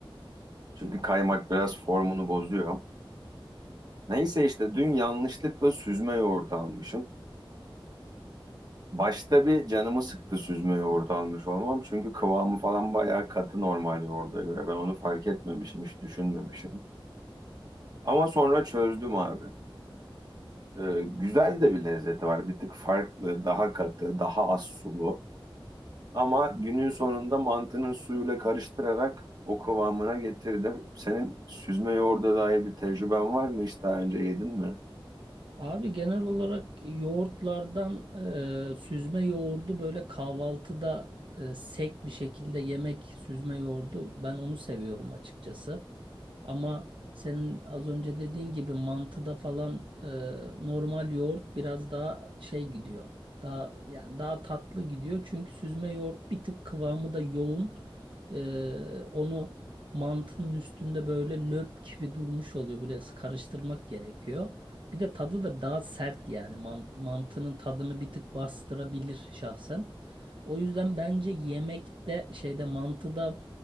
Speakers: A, on the right; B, on the right.
A: Çünkü kaymak biraz formunu bozuyor. Neyse işte dün yanlışlıkla süzme yoğurt almışım. Başta bir canımı sıktı süzme yoğurt almış olmam. Çünkü kıvamı falan bayağı katı normal yoğurda göre. Ben onu fark etmemişim, hiç düşünmemişim. Ama sonra çözdüm abi. Ee, güzel de bir lezzeti var. Bir tık farklı, daha katı, daha az sulu. Ama günün sonunda mantının suyuyla karıştırarak o kıvamına getirdim. Senin süzme yoğurda dair bir tecrüben var mı? Hiç daha önce yedin mi?
B: Abi genel olarak yoğurtlardan e, süzme yoğurdu böyle kahvaltıda e, sek bir şekilde yemek süzme yoğurdu ben onu seviyorum açıkçası. Ama senin az önce dediğin gibi mantıda falan e, normal yoğurt biraz daha şey gidiyor. Daha yani daha tatlı gidiyor çünkü süzme yoğurt bir tık kıvamı da yoğun. E, onu mantının üstünde böyle löp gibi durmuş oluyor. Böyle karıştırmak gerekiyor. Bir de tadı da daha sert yani Mant- mantının tadını bir tık bastırabilir şahsen. O yüzden bence yemekte şeyde mantıda